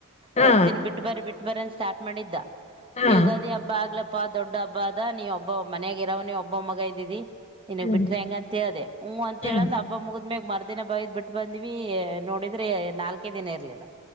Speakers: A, on the left (about 30°); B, on the right (about 25°).
A: ಹಾ
B: ಹೋಗ್ತೀನಿ ಬಿಟ್ಟ ಬರಿ ಬಿಟ್ಟ ಬರೀ ಅಂತ್ ಸ್ಟಾರ್ಟ್ ಮಾಡಿದ್ದ
A: ಹಾ
B: ಯುಗಾದಿ ಹಬ್ಬ ಆಗ್ಲಪ್ ಹಪ್ಪಾ ದೊಡ್ಡ ಹಬ್ಬ ಅದ ನೀವ ಒಬ್ಬ ಮನ್ಯಾಗ್ ಇರವ ನೀವು ಒಬ್ಬ ಮಗ ಇದಿದಿ ನಿನಗ್
A: ಹ್ಮ್
B: ಬಿಟ್ರೆ ಹೆಂಗ ಅಂತ ಹೇಳ್ದೆ. ಹ್ ಅಂತ
A: ಹ್ಮ್
B: ಹೇಳ ಅಂದ ಅಬ್ಬ ಮುಗದ್ ಮರ್ದಿನ ಬೈದ್ ಬಿಟ್ಟ ಬಂದ್ವಿ ನೋಡಿದ್ರೆ ನಾಲ್ಕೆ ದಿನ ಇರ್ಲಿಲ್ಲ.